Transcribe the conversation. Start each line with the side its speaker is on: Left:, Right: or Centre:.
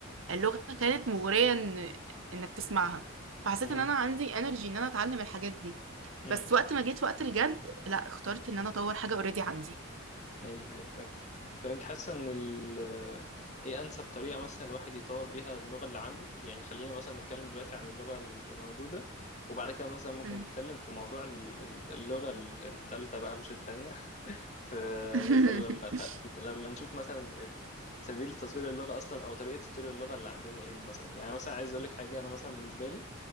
Right: اللغة كانت مغرية إن إنك تسمعها فحسيت
Left: مم.
Right: إن أنا عندي انرجي إن أنا أتعلم الحاجات دي
Left: مم.
Right: بس وقت ما جيت وقت الجد لا اخترت إن أنا أطور حاجة اوريدي عندي
Left: أيوه أيوه فاهم. طب انت حاسه ان ال ايه انسب طريقه مثلا الواحد يطور بيها اللغه اللي عنده يعني خلينا مثلا نتكلم دلوقتي عن اللغه اللي موجوده وبعد كده مثلا ممكن
Right: مم.
Left: نتكلم في موضوع ال- ال- اللغه ال- التالتة بقى مش التانية <laughs> فمثلا
Right: <laughs>
Left: لما لما نشوف مثلا ال- سبيل تطوير اللغه اصلا او طريقه تطوير اللغه اللي عندنا ايه مثلا يعني مثلا عايز اقول لك حاجه انا مثلا بالنسبه لي